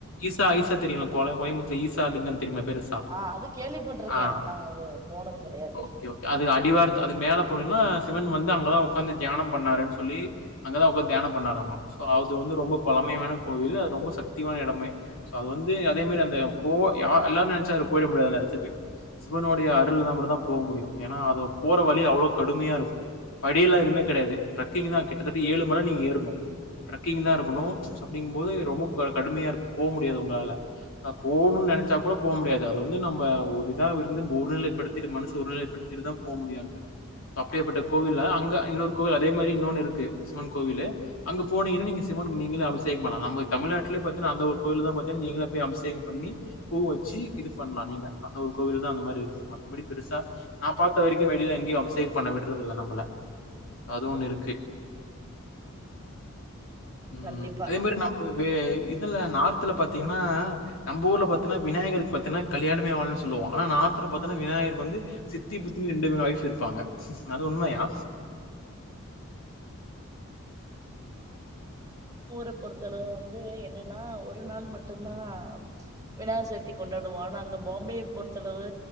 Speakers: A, on the left; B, on the right.
A: ஈசா ஈசா தெரியுல கோல கோயம்புத்தூ ஈசா லிங்க தெரியுமா பெருசா
B: ஆ அது கேள்விப்பட்டிருக்கே
A: ஆ
B: ஆனா அது போனது கெடையாது
A: ஓகே ஓகே அது அடிவாரத்து அது மேல போனீங்கன்னா சிவன் வந்து அங்கதா உக்காந்து தியானம் பண்ணாருன்னு சொல்லி அங்கதா உக்காந்து தியானம் பண்ணாறாமா சோ அது வந்து ரொம்போ பழமையான கோவில் அது ரொம்ப சக்தியான எடமே சோ அது வந்து அதே மாரி அந்த போ யா எல்லாரு நெனச்ச போயிட முடியாதுங்க அதுக்கு சிவனுடைய அருள் இருந்தா மட்டுதா போ முடியு ஏன்னா அது போற வழி அவ்வளோ கடுமையா இரு படியெல்லா எதுமே கெடையாது ட்ரக்கிங் தா கிட்டத்தட்ட ஏழு மல நீங்க ஏற்ணு ட்ரக்கிங் தா இருக்கணு அப்டிங்கும் போது ரொம்போ க கடுமையா இருக்கும் போ முடியாது உங்களால அ போணுனு நெனச்சா கூட போ முடியாது அது வந்து நம்ப ஒரு இதாவ் இருந்து ஒருநிலைப்படுத்திட்டு மனசு ஒரு நிலைப்படுத் திட்டு தா போ முடியு அங்க அப்டியேப்பட்ட கோவில அங்க இன்னொரு கோவில் அதே மாரி இன்னொன்னு இருக்கு சிவன் கோவிலு அங்க போனீங்கன்னா நீங்க சிவ ன்க்கு நீங்களே அபிஷேகம் பண்ணலா நம்ம தமிழ்நாட் டுலே பாத்தின்னா அந்த ஒரு கோயில் தா பாத்திங்க நீங்க போய் அபிஷேகம் பண்ணி பூ வெச்சு இது பண்லா நீங்க அந்த ஒரு கோவில் தா அந்த மாரி இருக்கு மத்தபடி பெருசா நா பாத்த வரைக்கு வெளியில எங்கேயு அபிசேக பண்ண விடுறது இல்ல நம்பள அது ஒண்ணு இருக்கு ம்
B: கண்டிப்பா
A: அதே மாரி நம்ம வே இதுல நார்த்ல பாத்தீங்கன்னா நம்ப ஊர்ல பாத்திங்கன்னா விநாயகருக்கு பாத்தீன்னா கல்யாணமே ஆகலனு சொல்லுவோ ஆனா நார்த்துல பாத்தனா விநாயகர் வந்து சித்தி புத்தி ரெண்டு மூனு ஒய்ஃப் இருப்பாங்க அது உண்மையா
B: ஊரு பொறுத்தளவு வந்து என்னன்னா ஒரு நாள் மட்டுதா வினாயகர் சதுதி கொண்டாடுவோ ஆனா அங்க பாம்பே பொறுத்தளவு